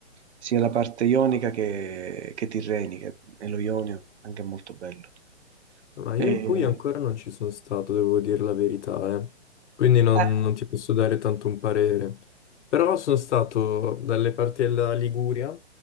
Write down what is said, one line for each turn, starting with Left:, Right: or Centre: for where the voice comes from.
Right: sia la parte ionica che, che tirrenica, e lo Ionio anche è molto bello.
Left: Ma io
Right: Eh,
Left: in Puglia ancora non ci sono stato, devo dire la verità, eh. Quindi non,
Right: eh,
Left: non ti posso dare tanto un parere. Però sono stato dalle parti della Liguria,